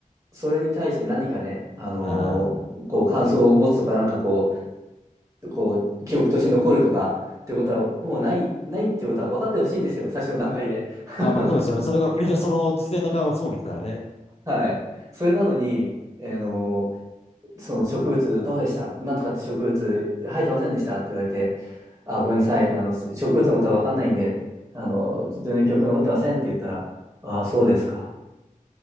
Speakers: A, on the right; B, on the left.
A: それに対して何かね、あのーこう感想を持つとか、
B: ああ。
A: なんかこう、こう、記憶として残るとかってことは、ほほぼない、ないってことは分かってほしいんですよ、最初の段階で。<laughs>
B: まあまあそうですよね。それがプリーその事前の会話はそうですからね。
A: はい。それなのに、あのーその植物どうでしたなんとかって植物生えてませんでしたって言われて、あ、ごめんなさい、あの、そ植物のことは分かんないんで、あの、全然記憶残ってませんって言ったら、あ、そうですか。